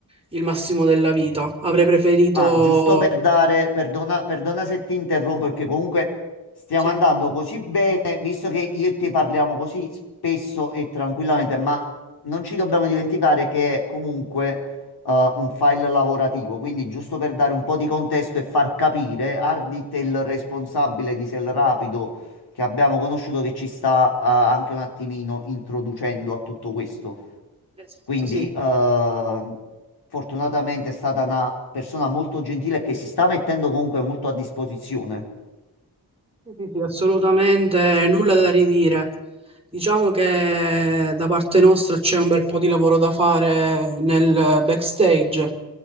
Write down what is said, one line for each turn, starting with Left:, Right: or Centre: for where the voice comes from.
Right: il massimo della vita. Avrei preferito...
Left: Ah, giusto per dare, perdona, perdona se ti interrompo, perché comunque stiamo
Right: Sì,
Left: andando così bene, visto che io e te parliamo così spesso e tranquillamente, ma non ci dobbiamo dimenticare che è comunque eh, un file lavorativo, quindi giusto per dare un po' di contesto e far capire, Ardit è il responsabile di Selrapido che abbiamo conosciuto che ci sta eh, anche un attimino introducendo a tutto questo.
Right: esatto,
Left: Quindi,
Right: sì.
Left: ehm, fortunatamente è stata una persona molto gentile che si sta mettendo comunque molto a disposizione.
Right: Sì, sì, sì, assolutamente nulla da ridire. Diciamo che da parte nostra c'è un bel po' di lavoro da fare nel backstage